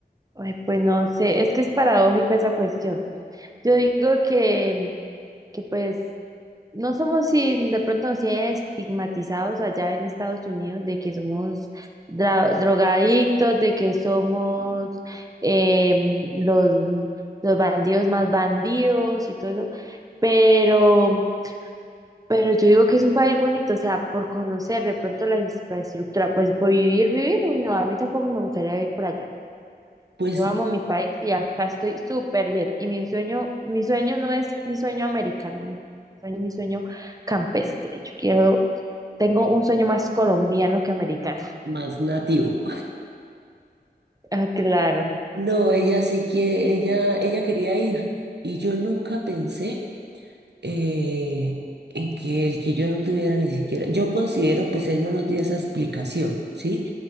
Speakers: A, on the right; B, on the right.
A: ay, pues no sé, es que es paradójica esa cuestión. Yo digo que, que pues No somos si de pronto sí estigmatizados allá en Estados Unidos de que somos dra- drogadictos, de que somos eh, los, los bandidos más bandidos y todo eso, pero, pero yo digo que es un país bonito, o sea, por conocer de pronto la infraestructura, pues por vivir, vivir, uy, no, a mí tampoco me gustaría vivir por allá.
B: Pues
A: Yo amo mi país y acá estoy súper bien. Y mi sueño, mi sueño no es mi sueño americano, mi sueño, mi sueño campestre. Yo quiero, tengo un sueño más colombiano que americano. <laughs>
B: más nativo.
A: Ah, claro.
B: No, ella sí que, ella, ella quería ir y yo nunca pensé eh, en que el que yo no tuviera ni siquiera, yo considero, pues él no nos dio esa explicación, ¿sí?